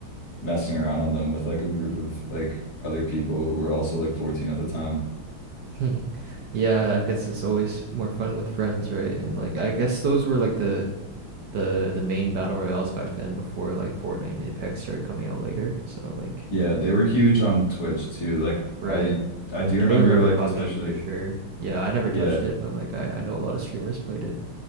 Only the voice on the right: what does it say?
<laughs> Yeah, I guess it's always more fun with friends, right? And like, I guess those were like the the the main battle royales back then before like Fortnite and Apex started coming out later. So like
right.
I totally
remember
PUBG
for sure. Yeah, I never
touched it, but like I, I know a lot of streamers played it.